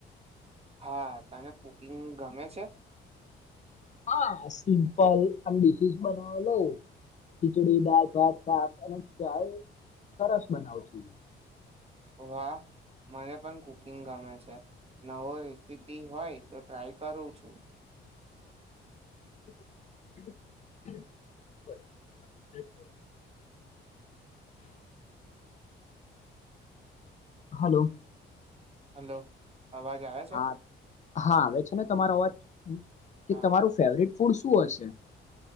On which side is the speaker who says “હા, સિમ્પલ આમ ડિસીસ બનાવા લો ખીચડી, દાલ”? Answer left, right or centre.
Left